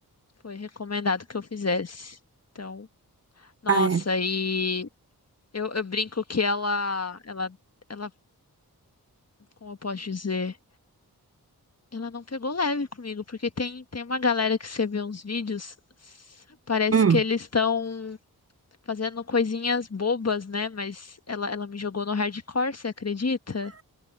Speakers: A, on the left; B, on the right.
A: foi recomendado que eu fizesse. Então, nossa,
B: Ah, é.
A: e eu, eu brinco que ela, ela, ela como eu posso dizer, ela não pegou leve comigo, porque tem, tem uma galera que você vê uns vídeos, parece
B: Hum.
A: que eles estão fazendo coisinhas bobas, né? Mas ela, ela me jogou no hardcore, você acredita?